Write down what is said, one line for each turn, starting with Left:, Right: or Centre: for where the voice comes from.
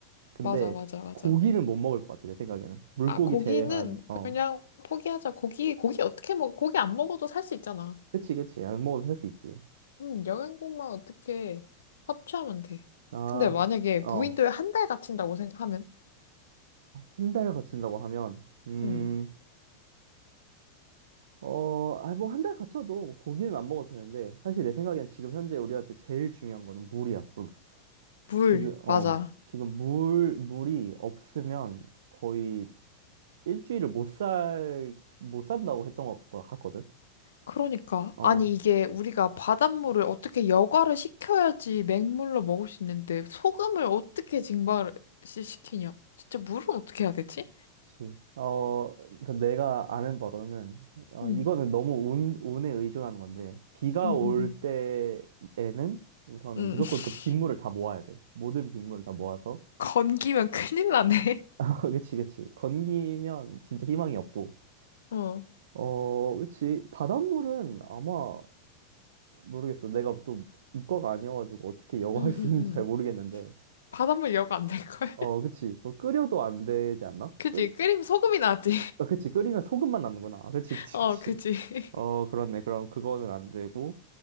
Right: 근데
Left: 맞아, 맞아, 맞아.
Right: 고기는 못 먹을 것 같아, 내 생각에는. 물고기
Left: 아, 고기는
Right: 제외한, 어.
Left: 그냥 포기하자. 고기, 고기 어떻게 먹어? 고기 안 먹어도 살 수 있잖아.
Right: 그치, 그치. 안 먹어도 할 수 있지.
Left: 음, 영양분만 어떻게 섭취하면 돼.
Right: 아,
Left: 근데 만약에
Right: 어.
Left: 무인도에 한 달 갇힌다고 생각하면?
Right: 한 달 갇힌다고 하면, 음,
Left: 음,
Right: 어, 아, 뭐 한 달 갇혀도 뭐 고기는 안 먹어도 되는데, 사실 내 생각엔 지금 현재 우리한테 제일 중요한 거는 물이야, 물.
Left: 물,
Right: 지금,
Left: 맞아.
Right: 어, 지금 물, 물이 없으면 거의 일주일을 못 살, 못 산다고 했던 것 같거든?
Left: 그러니까.
Right: 어.
Left: 아니, 이게 우리가 바닷물을 어떻게 여과를 시켜야지 맹물로 먹을 수 있는데, 소금을 어떻게 증발을 시- 시키냐? 진짜 물은 어떻게 해야 되지?
Right: 그치. 어, 내가 아는 바로는, 어,
Left: 음,
Right: 이거는 너무 운, 운에 의존하는 건데, 비가
Left: 음,
Right: 올
Left: 음, 음.
Right: 때에는 우선은
Left: 음,
Right: 무조건
Left: <laughs>
Right: 그 빗물을 다 모아야 돼. 모든 빗물을 다 모아서.
Left: 건기면 큰일 나네. <laughs>
Right: <laughs> 그치, 그치. 건기면 진짜 희망이 없고.
Left: 어,
Right: 어, 그치. 바닷물은 아마, 모르겠어. 내가 또 이과가 아니어가지고 어떻게 여과할
Left: 음, 음,
Right: 수 있는지
Left: 음.
Right: 잘 모르겠는데.
Left: 바닷물 여가 안 될걸? <laughs>
Right: 어, 그치. 뭐 끓여도 안 되지 않나?
Left: 그지?
Right: 끓,
Left: 끓이면 소금이 나지.
Right: 아, 그치. 끓이면 소금만 남는구나. 아, 그치,
Left: <laughs>
Right: 그치,
Left: 어,
Right: 그치.
Left: 그지? <laughs>
Right: 어, 그렇네. 그럼 그거는 안 되고,